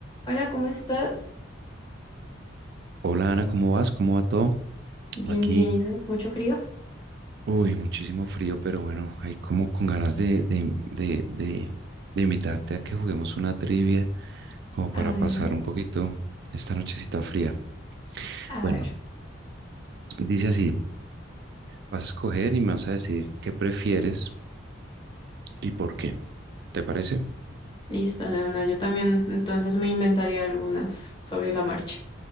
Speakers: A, on the left (about 25°); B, on the right (about 55°).
A: Hola, ¿cómo estás?
B: Hola Ana, ¿cómo vas? ¿Cómo va todo?
A: Bien,
B: Aquí,
A: bien, ¿y tú? ¿Mucho frío?
B: uy, muchísimo frío, pero bueno, hay como con ganas de, de, de, de, de invitarte a que juguemos una trivia, como para
A: A ver,
B: pasar un poquito esta nochecita fría.
A: a
B: Bueno,
A: ver.
B: dice así, vas a escoger y me vas a decir qué prefieres y por qué, ¿te parece?
A: Listo, de una. Yo también entonces me inventaré algunas sobre la marcha.